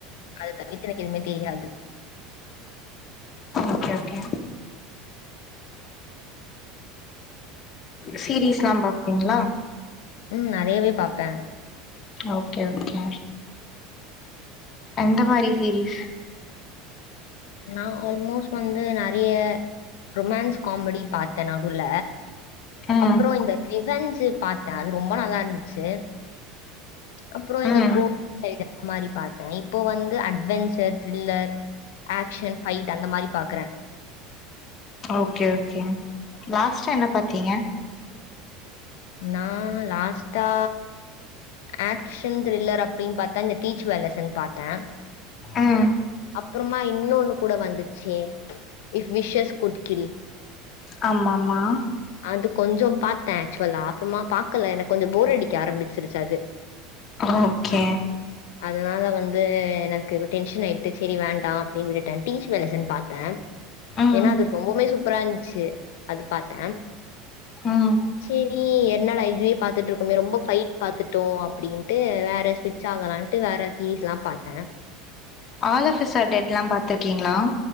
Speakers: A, on the left; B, on the left.
A: அது தவவித்து எனக்கு எதுமே தெரியாது
B: ஓகே ஓகே சீரீஸ்ல்லா பாப்பிங்களா
A: ம் நெறையவே பாப்பே
B: ஓகே ஓகே எந்த மாரி சீரீஸ்
A: நா ஆல்மோஸ்ட் வந்து நெறைய ரொமான்ஸ் காமெடி பாத்தே நடுல
B: ம்
A: அப்ற இந்த ரிவெஞ்சு பாத்தே அது ரொம்ப நல்லா இருந்துச்சு அப்ற இந்த
B: ம்
A: கோ <inaudible> சைடு அந்த மாரி பாத்தே இப்போ வந்து அட்வெஞ்சர் த்ரில்லர் ஆக்ஷன் ஃபைட் அந்த மாரி பாக்குறே
B: ஓகே ஓகே லாஸ்ட என்ன பாத்தீங்க
A: நா லாஸ்ட்டா ஆக்ஷன் த்ரில்லர் அப்டின் பாத்தா இந்த டீச் வேலசன் பாத்தே
B: ம்
A: அப்றமா இன்னொன்னு கூட வந்துச்சு இஃப் விஷஸ் குட் கில்
B: ஆமா ஆமா
A: அது கொஞ்சோ பாத்தே ஆக்சுவ்லா அப்றமா பாக்கல எனக்கு கொஞ்ச போர் அடிக்க ஆரம்பிச்சிருச்சு அது
B: ஓகே
A: அதனால வந்து எனக்கு இப்ப டென்ஷன் ஆயி ட்டு சேரி வேண்டா அப்டின்னு விட்டுட்டே டீஸ் வெலசல் பாத்தே
B: ம்
A: ஏனா அது ரொம்பவுமே சூப்பரா இருந்ச்சு அது பாத்த
B: ம்
A: சேரி என்னடா இதுவே பாத்துட்டு இருக்கோமே ரொம்ப ஃபைட் பாத்துட்டோ அப்டின்ட்டு வேற சி ச்சாங்கலான்ட்டு வேற சீரிஸ்லா பாத்த
B: ஆல் ஆஃப் அஸ் ஆர் டெட்லா பாத்துருக்கீங்ளா